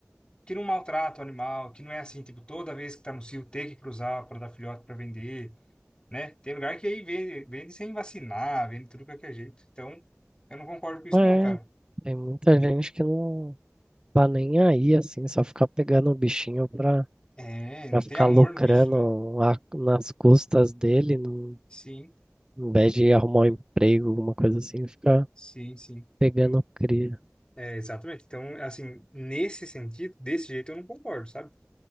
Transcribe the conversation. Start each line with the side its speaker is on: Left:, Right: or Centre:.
Left: que não maltrata o animal, que não é assim, tipo, toda vez que tá no cio ter que cruzar para dar filhote para vender, né? Tem lugar que aí vende, vende sem vacinar, vende tudo de qualquer jeito. Então, eu não concordo com isso
Right: É,
Left: não, cara.
Right: tem muita gente que não tá nem aí, assim, só ficar pegando o bichinho pra
Left: É,
Right: Pra
Left: não
Right: ficar
Left: tem amor
Right: lucrando
Left: no bicho, né?
Right: a- nas custas dele, não,
Left: Sim,
Right: em vez de arrumar um emprego, alguma coisa assim, ficar
Left: sim, sim.
Right: pegando
Left: Hum.
Right: cria.
Left: É, exatamente. Então, assim, nesse sentido, desse jeito eu não concordo, sabe?